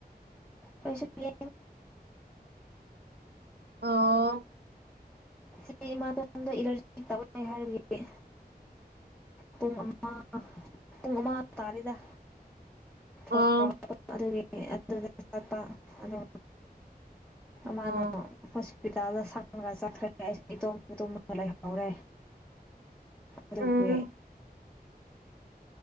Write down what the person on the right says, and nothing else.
ꯑꯣ
ꯑꯥ
ꯑꯥ
ꯎꯝ